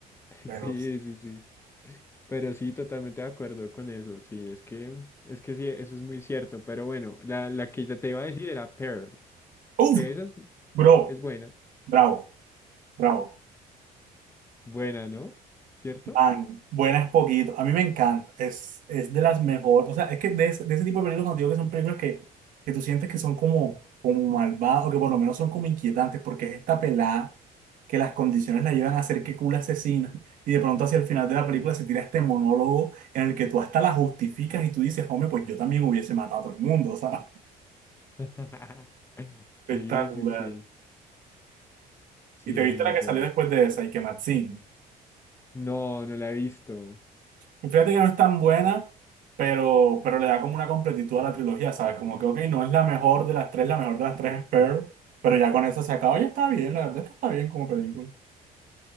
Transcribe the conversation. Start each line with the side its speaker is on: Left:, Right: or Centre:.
Left: <laughs>
Right: Pero,
Left: Sí, sí, sí. Pero sí, totalmente de acuerdo con eso. Sí, es que, es que sí, eso es muy cierto. Pero bueno, la, la que te iba a decir era Pearl,
Right: uff,
Left: que esa es,
Right: bro,
Left: es buena.
Right: bravo, bravo.
Left: Buena, ¿no? ¿Cierto?
Right: Man, buenas poquito. A mí me encanta. Es, es de las mejores. O sea, es que de ese, de ese tipo de películas, cuando digo que son películas que, que tú sientes que son como, como malvadas o que por lo menos son como inquietantes, porque es esta pelada que las condiciones la llevan a ser que cool asesina. Y de pronto hacia el final de la película se tira este monólogo en el que tú hasta la justificas y tú dices, hombre, pues yo también hubiese matado a todo el mundo, o sea,
Left: <laughs>
Right: <laughs> espectacular.
Left: Sí, sí, sí.
Right: Y
Left: Sí,
Right: te
Left: es
Right: viste
Left: muy
Right: la que
Left: buena.
Right: salió después de esa, y que Maxine.
Left: No, no la he visto.
Right: Y Fíjate que no es tan buena, pero, pero le da como una completitud a la trilogía, ¿sabes? Como que, ok, no es la mejor de las tres, la mejor de las tres es Pearl, pero ya con eso se acabó, ya está bien, la verdad es que está bien como película.